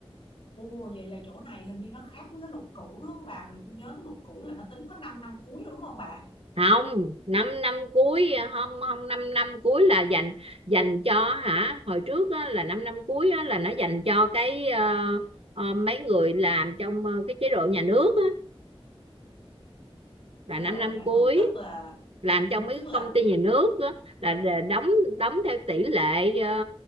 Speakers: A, on the left (about 60°); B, on the right (about 75°).
A: Ồ vậy là chỗ này hình như nó khác với cái luật cũ đúng không bà vì tôi nhớ cái luật cũ là nó tính có 5 năm năm cuối đúng không bà
B: không năm năm cuối không không năm năm cuối là dành dành cho hả hồi trước á, là năm năm cuối á, là nó dành cho cái ờ, ờ, mấy người làm trong ờ, cái chế độ nhà nước á, là
A: chế
B: năm
A: độ
B: năm
A: nhà
B: cuối
A: nước tức là
B: làm trong mấy
A: tức là
B: công ty nhà nước á, là đ- đóng đóng theo tỷ lệ ờ,